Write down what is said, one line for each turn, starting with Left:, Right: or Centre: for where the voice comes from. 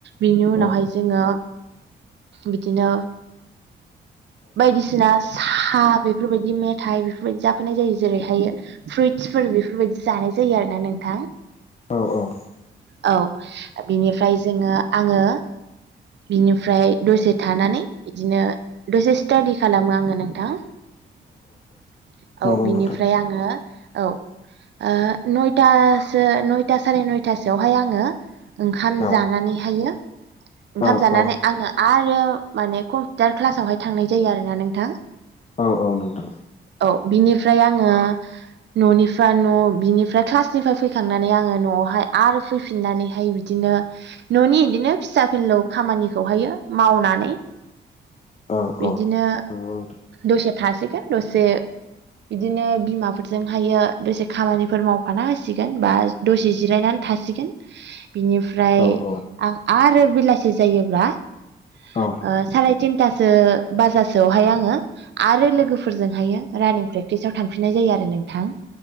Right: बेनि उनावहाय
Left: औ
Right: जोङो बिदिनो बायदिसिना सा बेफोरबायदि मेथाइ बेफोरबायदि जाफैनाय जायो जेरैहायो फ्रुइटसफोर बेफोरबायदि जानाय जायो आरोना नोंथां
Left: औ-औ
Right: औ बिनिफ्राय जोङो आङो बिनिफ्राय दसे थानानै बिदिनो दसे स्टाडि खालामो आङो नोंथां औ
Left: नंगौ
Right: बिनिफ्राय
Left: नोंथां
Right: आङो औ ओ नयथासो नयथा सारि नयथासोआवहाय आङो ओंखा
Left: औ
Right: म जानानैहायो ओंखाम
Left: औ
Right: जानानै
Left: औ
Right: आङो आरो माने कम्पिउटार क्लासावहाय थांनाय जायो आरोना नोंथां
Left: औ-औ नोंथां
Right: औ बिनिफ्राय आङो न'निफ्राय न' बिनिफ्राय क्लासनिफ्राय फैखांनानै आङो न'आवहाय आरो फैफिननानैहाय बिदिनो न'नि इदिनो फिसा फिनलौ खामानिखौहायो मावनानै
Left: औ
Right: बिदिनो
Left: औ नंगौ नोंथां
Right: दसे थासिगोन दसे बिदिनो बिमाफोरजोंहायो दसे खामानिफोर मावफाना होसिगोन बा दसे जिरायनानै थासिगोन बिनिफा ओमफ्राय
Left: औ औ
Right: आं आरो बेलासि जायोब्ला ओ
Left: औ
Right: साराय तिनथासो बाजासोआवहाय आङो आरो लोगोफोरजोंहायो रानिं प्रेक्टिसाव थांफिननाय जायो आरो नोंथां